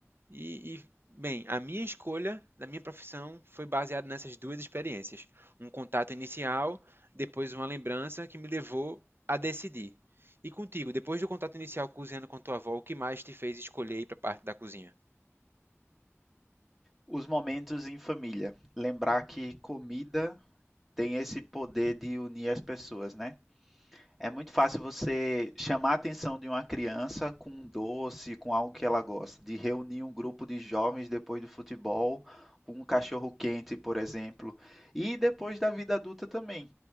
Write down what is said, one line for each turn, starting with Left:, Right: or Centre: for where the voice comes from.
Right: e, e, bem, a minha escolha da minha profissão foi baseada nessas duas experiências. Um contato inicial, depois uma lembrança que me levou a decidir. E contigo, depois do contato inicial cozinhando com tua avó, o que mais te fez escolher ir para a parte da cozinha?
Centre: Os momentos em família. Lembrar que comida tem esse poder de unir as pessoas, né? É muito fácil você chamar a atenção de uma criança com um doce, com algo que ela gosta, de reunir um grupo de jovens depois do futebol, com um cachorro quente, por exemplo, e depois da vida adulta também.